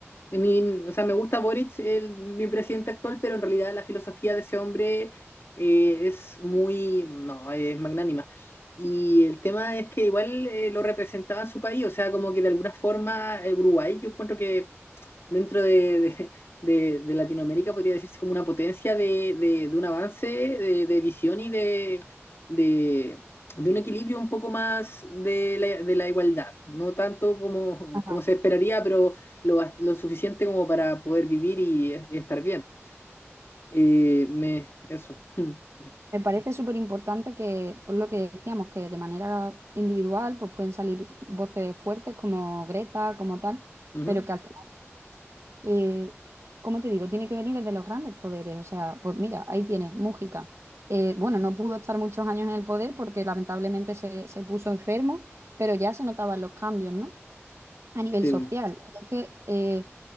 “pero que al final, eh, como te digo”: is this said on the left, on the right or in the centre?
Right